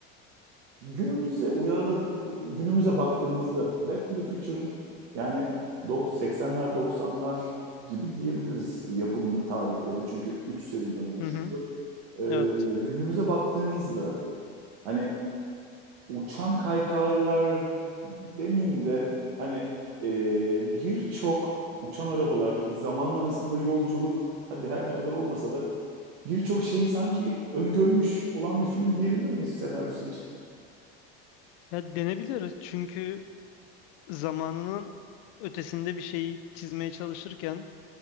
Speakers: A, on the right; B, on the left.
A: günümüze uyarla günümüze baktığınızda Back to the Future'ın yani dok- 80'ler 90'lar gibi diyebiliriz yapım tarihleri çünkü 3 seriden oluşuyordu.
B: Hı hı,
A: E,
B: evet.
A: günümüze baktığınızda Hani uçan kaykaylar demeyeyim de hani e, birçok uçan arabalar, zaman arasında yolculuk, hadi her ne kadar olmasa da birçok şeyi sanki öngörmüş olan bir film diyebilir miyiz senaryosu için?
B: Ya denebilir çünkü zamanının ötesinde bir şeyi çizmeye çalışırken